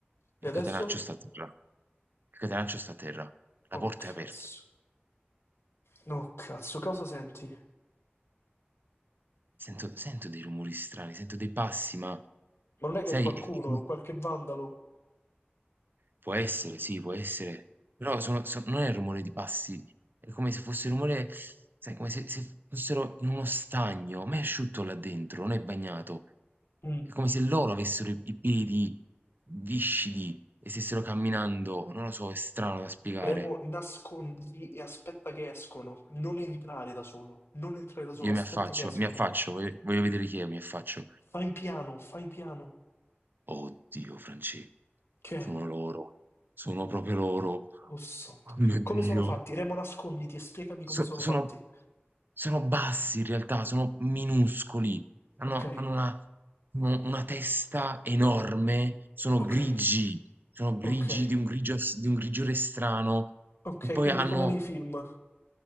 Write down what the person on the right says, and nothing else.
il
catenaccio sta a terra, il catenaccio sta a terra, la
porta
è aperta.
Sento, sento dei rumori strani, sento dei passi, ma
sai,
è- è come
Può essere, sì, può essere. Però sono so non è il rumore di passi, è come se fosse il rumore sai, come se se fossero in uno stagno, ma è asciutto là dentro, non è bagnato.
È come se loro avessero i i piedi viscidi e stessero camminando, non lo so, è strano da spiegare.
Io
mi affaccio,
mi affaccio, voglio voglio vedere chi è, mi affaccio.
Oddio, Francesco,
sono loro, sono proprio loro.
Oh mio Dio.
So
sono
sono bassi in realtà, sono minuscoli, hanno
hanno una u una testa enorme, sono
grigi, sono grigi
di un grigio s di un grigiore strano,
e poi
hanno